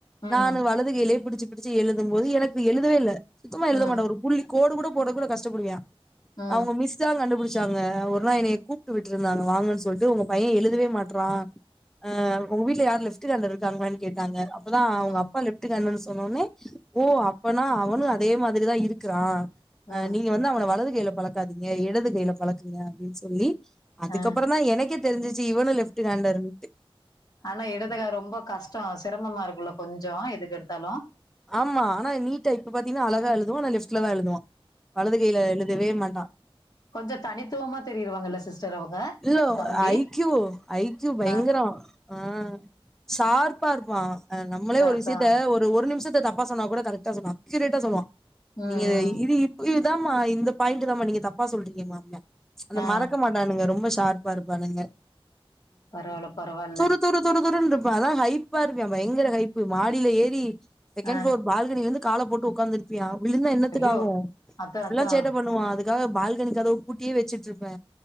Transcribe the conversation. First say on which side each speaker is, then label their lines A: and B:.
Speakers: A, on the left (about 40°); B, in the centre.
A: ம்.
B: நா அது வலது கைலயே புடிச்சு புடிச்சு எழுதும் போது எனக்கு எழுதவே இல்லை சுத்தமா எழுத
A: ம்.
B: மாட்டா வரும் புள்ளி கோடு கூட போட கூட கஷ்டப்படுவா
A: ஆ
B: அவுங்க மிஸ் தா கண்டுபிடிச்சாங்க ஒரு நா என்னய கூப்ட்டு விட்டுருந்தாங்க வாங்கன்னு சொல்லிட்டு ஒங்க பைய எழுதவே மாட்றா ஆ ஒங்க வீட்ல யாரு லெஃப்ட் ஹாண்டர் இருக்காங்களான் கேட்டாங்க அப்ப தா அவங்க
A: ஆ
B: அப்பா லெஃப்ட் ஹாண்டர் சொன்னோனே ஓ அப்பனா அவனு அதே மாதிரிதா இருக்கிறா
A: ஆ
B: அ நீங்க வந்து அவன வலது கையில பழக்காதீங்க எடது கையில பழக்குங்க அப்டின்னு சொல்லி அதுக்கப்புறம்
A: ஆ
B: தா எனக்கே தெரிஞ்சிச்சு இவனும் லெப்ட் ஹாண்டர்ன்
A: ஆனா எடதுக ரொம்ப கஷ்டொ சிரமமா இருக்குல்ல கொஞ்சொ எதுக்கு எடுத்தாலும்
B: ஆமா ஆனா நீட்டா இப்ப பாத்தீங்கன்னா அழகா எழுதுவா ஆனா லெப்ட்லதா எழுதுவா வலதுகையில எழுதவே மாட்டான்
A: கொஞ்சொ தனித்துவமா தெரியிடுவாங்கல்ல சிஸ்டர் அவங்க
B: இது
A: தம்பி
B: ஐ க்யூ ஐக்யூ பயங்கரொ
A: ஆ
B: ஆ சார்ப்பா இருப்பா அ நம்மளே
A: அதா
B: ஒரு
A: அதா
B: விஷயத்த ஒரு நிமிஷத்த தப்பா சொன்னா கூட கரெக்டா சொல்வா அக்யூரேட்டா சொல்லுவா
A: ம்
B: நீங்க இது
A: ம்
B: இது இப்ப இதுதாம்மா இந்த பாயிண்ட் தாம்மா நீங்க தப்பா சொல்றீங்கம்பாங்க அத
A: ஆ ஆ
B: மறக்க மாட்டானுங்க ரொம்ப ஷார்ப்பா இருப்பானுங்க
A: பரவால்ல பரவால்ல
B: துரு துரு துருன்ருப்பா அதா ஹைப்பா இருப்பியா பயங்கர ஹைப்பு மாடியில ஏறி செகண்ட்
A: ஆ
B: ப்ளோர் பால்கனில வந்து கால போட்டு உட்காந்துருப்பியா விழுந்தா என்னத்துக்காகும்
A: ஐயோ அதா
B: அப்பில்லா
A: அதா
B: சேட்ட பண்ணுவா அதுக்கு க்க பால்கனி கதவ பூட்டியே வச்சுட்டு இருப்பே